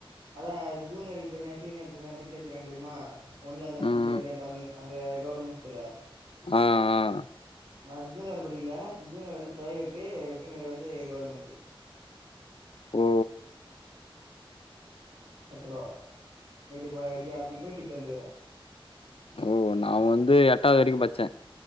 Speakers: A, on the right; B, on the left.
A: அதா ஜூனியருக்கு தனிய சீனியருக்கு தனியா பிர்ச்சிவச்சுகாங்க தெரியுமா ஒன்ல இருந்த
B: ம்
A: அஞ்சு வரையா தமிழ் அந்த கவுவர்மெண்ட் ஸ்கூல
B: ஆ ஆ
A: நா ஜூனியர் படிக்கல ஜூனியர் வந்து பிரைவேட்டு சீனியர் வந்து கவர்மெண்ட்டு
B: ஓ
A: பத்து ரூபா இப்படி போ அப்படி போயட்டு இப்படி வந்திருக்க
B: ஓ நா வந்து எட்டாவது வரைக்கு பச்சேன்